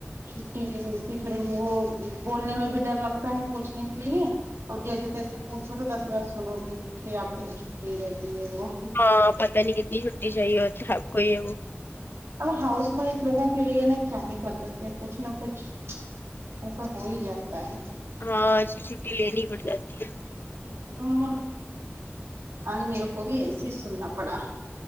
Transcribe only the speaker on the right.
چھٹی ہوتی پھر وہ بولنے میں بھی ڈر لگتا ہے پوچھنے کے لیے اور جیسے تیسے پوچھو تو دس بات سنو گی کہ آپ کی تو چھٹی ہی رہتی ہے وہ
اب ہاؤس وائف لوگوں کے لیے نا کیا ہی کر سکتے ہیں کچھ نہ کچھ ایسا ہو ہی جاتا ہے
ہاں آج میرے کو بھی ایسیچ سننا پڑا